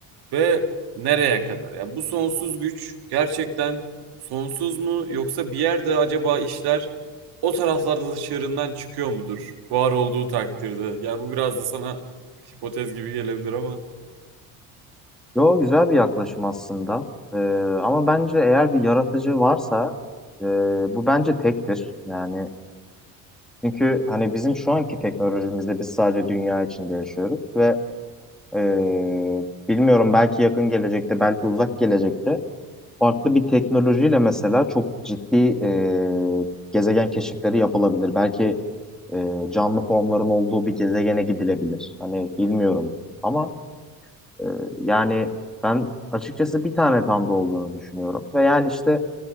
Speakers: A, on the right; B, in the centre.
A: ve nereye kadar? Ya yani bu sonsuz güç gerçekten sonsuz mu yoksa bir yerde acaba işler o taraflarda da çığırından çıkıyor mudur? Var olduğu takdirde. Ya yani bu biraz da sana hipotez gibi gelebilir ama
B: Yo güzel bir yaklaşım aslında. Ee, ama bence eğer bir yaratıcı varsa e, bu bence tektir. Yani çünkü hani bizim şu anki teknolojimizde biz sadece dünya içinde yaşıyoruz ve e, bilmiyorum belki yakın gelecekte belki uzak gelecekte farklı bir teknolojiyle mesela çok ciddi e, gezegen keşifleri yapılabilir. Belki e, canlı formların olduğu bir gezegene gidilebilir. Hani bilmiyorum ama Ee, yani ben açıkçası bir tane Tanrı olduğunu düşünüyorum. Ve yani işte